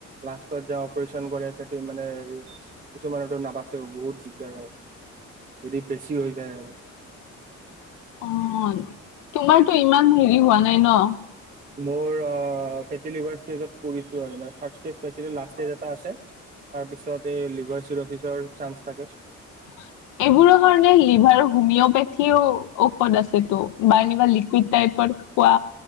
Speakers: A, on the right; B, on the left.
A: লাষ্টত যায় অপাৰেচন কৰে তাতে মানে হে কিছুমানতো নাবাচেও বহুত দিগদাৰ হয়। যদি বেছি হৈ যায় আৰু।
B: অ'। তোমাৰতো ইমান হেৰি হোৱা নাই ন'?
A: মোৰ আ টেলিভাৰ ষ্টেজত পৰিছোঁ আৰু, মানে থাৰ্ড ষ্টেজ পা লাষ্ট ষ্টেজ এটা আছে। তাৰপিছত এই লিভাৰ চিৰচিচৰ চান্স থাকে।
B: <unintelligible> এইবোৰৰ কাৰণে লিভাৰ হোমিঅপেথিও ঔষধ আছেতো বা এনেুৱা লিকুইড টাইপত। খোৱা